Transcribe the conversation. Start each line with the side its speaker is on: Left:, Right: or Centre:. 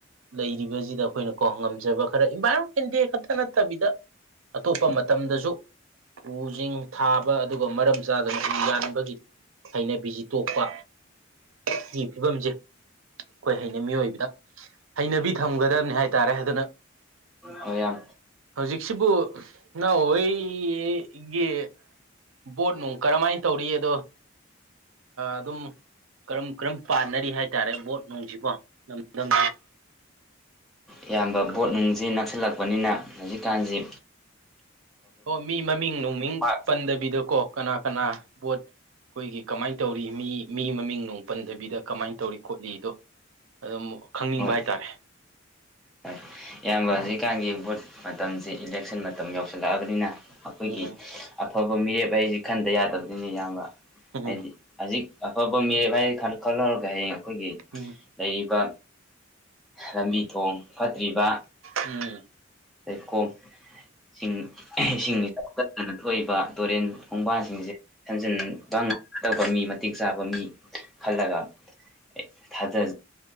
Right: ꯂꯩꯔꯤꯕꯖꯤ ꯑꯩꯈꯣꯏꯅ ꯀꯣ ꯉꯝꯖꯕ ꯈꯔ ꯏꯟꯚꯥꯏꯔꯣꯟꯃꯦꯟ ꯗꯦ ꯈꯛꯇ ꯅꯠꯇꯕꯤꯗ ꯑꯇꯣꯞꯄ ꯃꯇꯝꯗꯖꯨ ꯎꯖꯤꯡ ꯊꯥꯕ ꯑꯗꯨꯒ ꯃꯔꯝ ꯆꯥꯗꯅ ꯎ ꯌꯥꯟꯕꯒꯤ ꯍꯩꯅꯕꯤꯖꯤ ꯇꯣꯛꯄ ꯁꯤꯒꯤ ꯐꯤꯕꯝꯖꯦ ꯑꯩꯈꯣꯏ ꯍꯩꯅꯩ ꯃꯤꯑꯣꯏꯕꯗ ꯍꯩꯅꯕꯤ ꯊꯝꯒꯗꯕꯅꯤ ꯍꯥꯏ ꯍꯥꯏ ꯇꯥꯔꯦ ꯑꯗꯨꯅ
Centre: ꯍꯣꯏ ꯏꯌꯥꯝ
Right: ꯍꯧꯖꯤꯛꯁꯤꯕꯨ ꯏꯅꯥꯎ ꯍꯣꯏ ꯒꯤ ꯕꯣꯠ ꯅꯨꯡ ꯀꯔꯝꯥꯏꯅ ꯇꯧꯔꯤ ꯑꯗꯣ ꯑꯗꯨꯝ ꯀꯔꯝ ꯀꯔꯝ ꯄꯥꯟꯅꯔꯤ ꯍꯥꯏꯇꯥꯔꯦ ꯕꯣꯠ ꯅꯨꯡꯖꯔꯕꯨ ꯂꯝꯗꯝ
Centre: ꯏꯌꯥꯝꯕ ꯕꯣꯠ ꯅꯨꯡꯖꯤ ꯅꯛꯁꯤꯜꯂꯛꯄꯅꯤꯅ ꯍꯧꯖꯤꯛꯀꯥꯟꯖꯤ
Right: ꯑꯣ ꯃꯤ ꯃꯃꯤꯡ ꯅꯨꯃꯤꯡ
Centre: ꯄꯥꯛ
Right: ꯄꯟꯗꯕꯤꯗꯀꯣ ꯀꯅꯥ ꯀꯅꯥ ꯕꯣꯠ ꯑꯩꯈꯣꯏꯒꯤ ꯀꯃꯥꯏꯅ ꯇꯧꯔꯤ ꯃꯤ ꯃꯤ ꯃꯃꯤꯡ ꯅꯨꯡ ꯄꯟꯗꯕꯤꯗ ꯀꯃꯥꯏꯅ ꯇꯧꯔꯤ ꯈꯣꯠꯂꯤꯗꯣ ꯑꯗꯨꯝ ꯈꯪꯅꯤꯡꯕ
Centre: ꯍꯣꯏ
Right: ꯍꯥꯏꯇꯥꯔꯦ
Centre: ꯍꯣꯏ ꯏꯌꯥꯝꯕ ꯍꯧꯖꯤꯛꯀꯥꯟꯒꯤ ꯚꯣꯠ ꯃꯇꯝꯁꯦ ꯏꯂꯦꯛꯁꯟ ꯃꯇꯝ ꯌꯧꯁꯜꯂꯛꯑꯕꯅꯤꯅ ꯑꯩꯈꯣꯏꯒꯤ
Right: ꯎꯝ
Centre: ꯑꯐꯕ ꯃꯤꯔꯦꯞ ꯍꯥꯏꯁꯤ ꯈꯟꯗ ꯌꯥꯗꯕꯅꯤꯅꯤ ꯏꯌꯥꯝꯕ
Right: ꯎꯝ
Centre: ꯍꯥꯏꯗꯤ ꯍꯧꯖꯤꯛ ꯑꯐꯕ ꯃꯤꯔꯦꯞ ꯍꯥꯏ ꯈꯜꯍꯧꯔꯒ ꯍꯌꯦꯡ ꯑꯩꯈꯣꯏꯒꯤ
Right: ꯎꯝ
Centre: ꯂꯩꯔꯤꯕ ꯂꯝꯕꯤ ꯊꯣꯡ ꯐꯠꯇ꯭ꯔꯤꯕ
Right: ꯎꯝ
Centre: ꯂꯩꯈꯣꯝ ꯏꯁꯤꯡ ꯏꯁꯤꯡ ꯏꯆꯥꯎ <unintelligible> ꯊꯣꯛꯏꯕ ꯇꯨꯔꯦꯟ ꯈꯣꯡꯕꯥꯟꯁꯤꯡꯁꯦ ꯊꯟꯖꯤꯟ ꯇꯥꯡꯅ ꯇꯧꯕ ꯃꯤ ꯃꯇꯤꯛ ꯆꯥꯕ ꯃꯤ ꯈꯜꯂꯒ ꯑꯦ ꯊꯥꯗ